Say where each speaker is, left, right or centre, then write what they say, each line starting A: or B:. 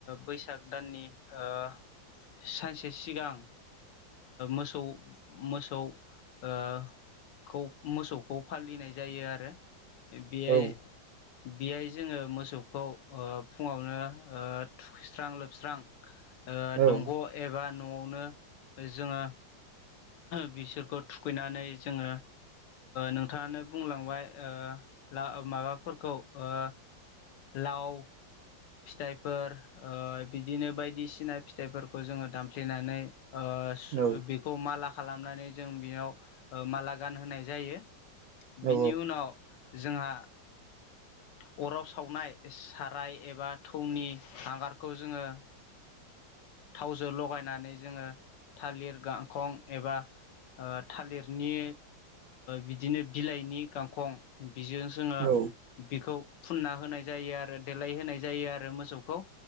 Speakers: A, on the left; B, on the right.
A: बैसाग दाननि ओ सानसे सिगां मोसौ मोसौ ओ खौ मोसौखौ फालिनाय जायो आरो। बेयाय
B: औ
A: बेहाय जोङो मोसौखौ फुङावनो थुखैस्रां लोबस्रां
B: औ
A: दंग' एबा न'आवनो जोङो बिसोरखौ थुखैनानै जोङो नोंथाङानो बुंलांबाय ओ माबाफोरखौ ओ लाव फिथाइफोर ओ बिदिनो बायदिसिना फिथाइफोरखौ जोङो दामफ्लेनानै ओ
B: औ
A: बेखौ माला खालामनानै जों बेनयाव माला गानहोनाय जायो
B: औ
A: बिनि उनाव जोंहा ओ अराव सावनाय साराय एबा थौनि हांगारखौ जोङो थावजों लगायनानै जोङो थालिर गांखं एबा थालिरनि बिदिनो बिलाइनि गांखं बिजों जोङो
B: औ
A: बिखौ फुनना होनाय जायो आरो देलाय होनाय जायो आरो मोसौखौ